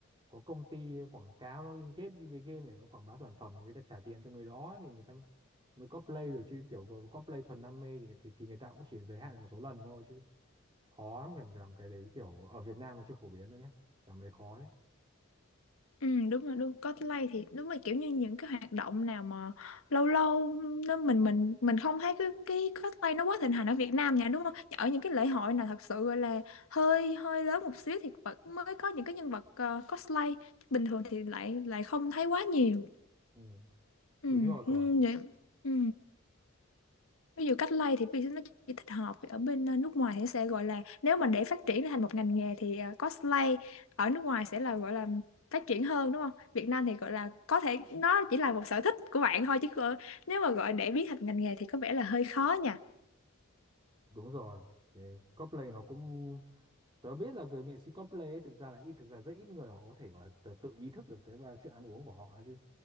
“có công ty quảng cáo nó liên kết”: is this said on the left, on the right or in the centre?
Right